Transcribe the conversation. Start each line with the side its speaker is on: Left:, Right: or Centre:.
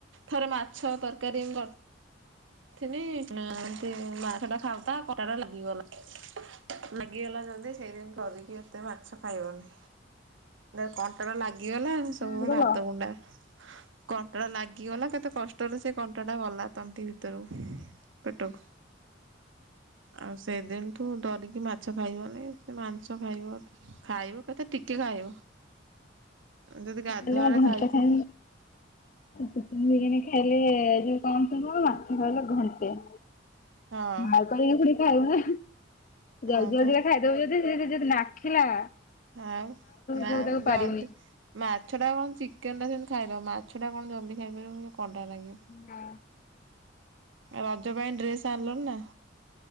Right: ଥରେ ମାଛ ତର୍କାରୀ ମୁଁ କର୍ ଥିଲି ଏମ୍ତି ମାଛଟା ଖାଉତା କଣ୍ଟାଟା ଲାଗିଗଲା। ଲାଗିଗଲା ଜଲ୍ଦି ସେଇଦିନୁ ଠୁ ଡରିକି ଏତେ ମାଛ ଖାଇହଉନି। ନେ କନ୍ କଣ୍ଟା ଟା ଲାଗିଗଲା, ସବୁ
Left: ଆଣିଦେଲ
Right: ଭାତ ଗୁଣ୍ଡା କଣ୍ଟାଟା ଲାଗିଗଲା, କେତେ କଷ୍ଟରେ ସେ କଣ୍ଟାଟା ଗଲା ତଣ୍ଟି ଭି ତରୁକୁ ପେଟକୁ। ଆଉ ସେଇ ଦିନ୍ ଠୁ ଡରିକି ମାଛ ଖାଇବନି, ସେ ମାଂସ ଖାଇବ। ଖାଇବ କେତେ ଟିକେ ଖାଇବ। ଯଦି ଗାଧୁଆବେଳେ
Left: ଉଁ - ହୁଁ <unintelligible>
Right: ଖାଇଥିବ
Left: ଚିକେନ୍ ଫିକେନ୍ ଖାଇଲେ ଯୋଉ କମ୍ ସମୟ, ମାଛ ଖାଇଲେ ଘଣ୍ଟେ।
Right: ହଁ
Left: ମାଉ <unintelligible> ଖାଇବ ନା ଜଲ୍ଦି ଜଲ୍ଦିକା
Right: ହଁ ପା
Left: ଖାଇଦବ ଯଦି ସେ ଯଦି ନାଖିଲା
Right: ଆଉ ନା
Left: ଯୋଉ ତାକୁ
Right: ମ ଜଲ୍ଦି
Left: ପାରିବୁନି।
Right: ମାଛଟା କଣ ଚିକେନ୍ ଟା ସେନ୍ତି ଖାଇଦବ, ମାଛଟା କଣ ଜଲ୍ଦି ଖାଇପାରିବ କି କଣ୍ଟା ଲାଗିବ।
Left: ନାଁ।
Right: ରଜ ପାଇଁ ଡ୍ରେସ୍ ଆଣିଲଣି ନାଁ?